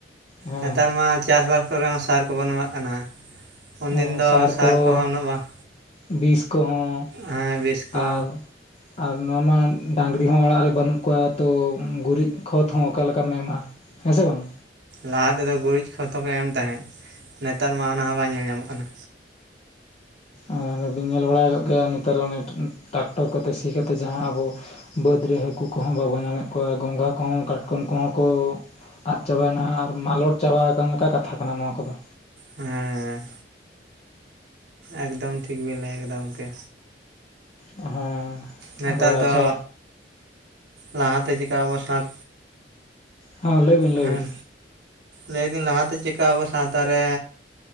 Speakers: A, on the left; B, on the right.
A: ᱦᱮᱸ
B: ᱱᱮᱛᱟᱨ ᱢᱟ ᱪᱟᱥᱼᱵᱟᱥ ᱠᱚᱨᱮ ᱦᱚᱸ ᱥᱟᱨ ᱠᱚᱵᱚᱱ ᱮᱢᱟᱜ ᱠᱟᱱᱟ ᱩᱱᱫᱤᱱ
A: ᱦᱮᱸ
B: ᱫᱚ ᱥᱟᱨ
A: ᱠᱚ
B: ᱠᱚᱦᱚᱸ ᱩᱱᱟᱹᱜ ᱵᱟᱝ
A: ᱵᱤᱥ ᱠᱚᱦᱚᱸ
B: ᱦᱮᱸ ᱵᱤᱥ ᱠᱚ᱾
A: ᱟᱨ ᱟᱨ ᱱᱚᱣᱟ ᱢᱟ ᱰᱟᱝᱨᱤ ᱦᱚᱸ ᱚᱲᱟᱜ ᱨᱮ ᱵᱟᱹᱱᱩᱜ ᱠᱚᱣᱟ ᱛᱚ ᱜᱩᱨᱤᱡ ᱠᱷᱚᱛ ᱦᱚᱸ ᱚᱠᱟ ᱞᱮᱠᱟᱢ ᱮᱢᱟ ᱦᱮᱸ ᱥᱮ ᱵᱟᱝ
B: ᱞᱟᱦᱟ ᱛᱮᱫᱚ ᱜᱩᱨᱤᱡ ᱠᱷᱚᱛᱷ ᱦᱚᱸᱠᱚ ᱮᱢ ᱛᱟᱦᱮᱸᱫ ᱱᱮᱛᱟᱨ ᱢᱟ ᱚᱱᱟ ᱦᱚᱸ ᱵᱟᱝ ᱧᱮᱞ ᱧᱟᱢᱚᱜ ᱠᱟᱱᱟ
A: ᱟᱨ ᱵᱟᱵᱤᱱ ᱧᱮᱞ ᱵᱟᱲᱟᱭ ᱟᱠᱟᱫ ᱠᱚᱣᱟ ᱱᱮᱛᱟᱨ ᱚᱱᱮ ᱴᱟᱠᱴᱚᱨ ᱠᱚᱛᱮ ᱥᱤ ᱠᱟᱛᱮᱫ ᱡᱟᱦᱟᱸ ᱟᱵᱚ᱾ ᱵᱟᱹᱫᱽ ᱨᱮ ᱦᱟᱹᱠᱩ ᱠᱚᱦᱚᱸ ᱵᱟᱵᱚᱱ ᱧᱟᱢᱮᱫ ᱠᱚᱣᱟ ᱜᱚᱸᱜᱷᱟ ᱠᱚᱦᱚᱸ ᱠᱟᱴᱠᱚᱢ ᱠᱚᱦᱚᱸ ᱠᱚ ᱟᱫ ᱪᱟᱵᱟᱭᱮᱱᱟ ᱟᱨ ᱢᱟᱞᱚᱴ ᱪᱟᱵᱟ ᱟᱠᱟᱱ ᱞᱮᱠᱟ ᱠᱟᱛᱷᱟ ᱠᱟᱱᱟ ᱱᱚᱣᱟ ᱠᱚᱫᱚ᱾
B: ᱦᱮᱸ ᱮᱠᱫᱚᱢ ᱴᱷᱤᱠ ᱵᱮᱱ ᱞᱟᱹᱭ ᱠᱮᱫᱟ ᱜᱚᱢᱠᱮ
A: ᱦᱮᱸ
B: ᱱᱮᱛᱟᱨ
A: ᱟᱫᱚ ᱟᱪᱪᱷᱟ
B: ᱫᱚ ᱞᱟᱦᱟᱛᱮ ᱪᱮᱠᱟ ᱟᱵᱚ ᱥᱟᱶ᱾
A: ᱦᱮᱸ ᱞᱟᱹᱭ ᱵᱤᱱ ᱞᱟᱹᱭ
B: ᱦᱮᱸ
A: ᱵᱤᱱ
B: ᱞᱟᱹᱭᱫᱟᱹᱧ ᱞᱟᱦᱟᱛᱮ ᱪᱮᱫᱠᱟ ᱟᱵᱚ ᱥᱟᱶᱛᱟ ᱨᱮ